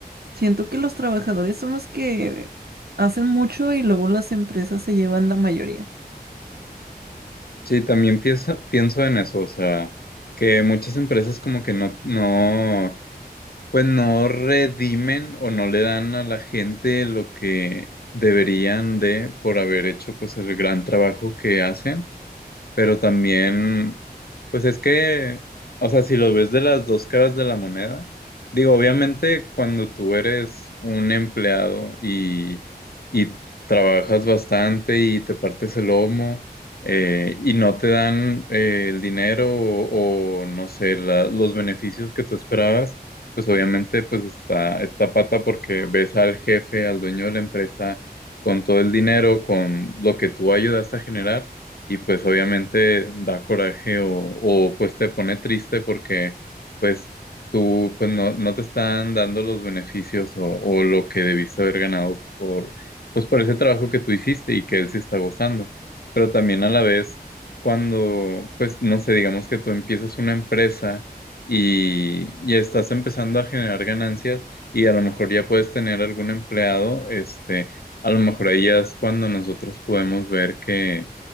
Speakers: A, on the right; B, on the left.
A: Siento que los trabajadores son los que hacen mucho y luego las empresas se llevan la mayoría.
B: Sí, también pienso, pienso en eso, o sea, que muchas empresas como que no, no Pues no redimen o no le dan a la gente lo que deberían de por haber hecho pues el gran trabajo que hacen. Pero también, pues es que, o sea, si lo ves de las dos caras de la moneda, digo, obviamente cuando tú eres un empleado y, y trabajas bastante y te partes el lomo eh, y no te dan eh, el dinero o, o, no sé, la- los beneficios que tú esperabas, pues obviamente pues está, está pata porque ves al jefe, al dueño de la empresa con todo el dinero, con lo que tú ayudaste a generar y pues obviamente da coraje o, o, pues te pone triste porque pues tú pues no, no te están dando los beneficios o, o lo que debiste haber ganado por pues por ese trabajo que tú hiciste y que él sí está gozando. Pero también a la vez cuando pues no sé, digamos que tú empiezas una empresa y, y estás empezando a generar ganancias y a lo mejor ya puedes tener algún empleado, este, a lo mejor ahí ya es cuando nosotros podemos ver que